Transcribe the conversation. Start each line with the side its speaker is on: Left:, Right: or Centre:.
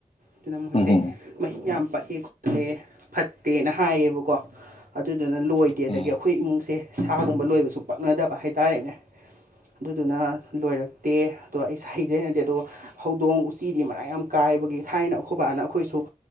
Right: ꯑꯗꯨꯅ ꯃꯈꯣꯏꯁꯦ
Left: ꯎꯝ ꯎꯝ
Right: ꯃꯍꯤꯛ ꯌꯥꯝ ꯄꯛꯑꯦ ꯈꯣꯠꯂꯦ ꯐꯠꯇꯦꯅ ꯍꯥꯏꯌꯦꯕꯀꯣ ꯑꯗꯨꯗꯨꯅ ꯂꯣꯏꯗꯦ ꯑꯗꯒꯤ
Left: ꯎꯝ
Right: ꯑꯩꯈꯣꯏ ꯏꯃꯨꯡꯁꯦ ꯁꯥꯒꯨꯝꯕ ꯂꯣꯏꯕꯁꯨ ꯄꯛꯅꯗꯕ ꯍꯥꯏꯇꯥꯔꯦꯅꯦ ꯑꯗꯨꯅ ꯂꯣꯏꯔꯛꯇꯦ ꯑꯗꯣ ꯑꯩꯁ ꯍꯩꯅꯗꯦ ꯑꯗꯨꯒꯗ ꯍꯧꯗꯣꯡ ꯎꯆꯤꯗꯤ ꯃꯔꯥꯡ ꯌꯥꯝ ꯀꯥꯏꯕꯒꯤ ꯊꯥꯏꯅ ꯑꯩꯈꯣꯏꯕꯥꯅ ꯑꯩꯈꯣꯏꯁꯨ